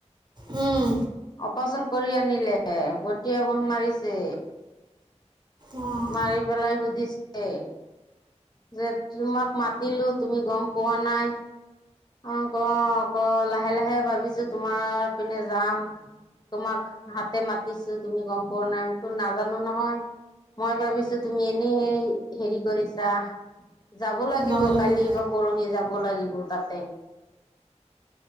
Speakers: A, on the right; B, on the left.
A: উম।
B: অপাৰচন কৰি আনিলে গোটে সোণ মাৰিছে।
A: অঁ
B: মাৰি পেলাই সুধিছে। যে তোমাক মাতিলো তুমি গম পোৱা নাই। অ ক ক লাহে লাহে ভাবিছো তোমাৰ পিনে যাম। তোমাক হাতে মাতিছো তুমি গম পোৱা নাই নাজানো নহয়। মই ভাবিছো তুমি এনে হেৰি কৰিছা। যাব লাগিব
A: ধেমালি
B: কালি
A: কৰি
B: বা পৰহি যাব লাগিব তাত।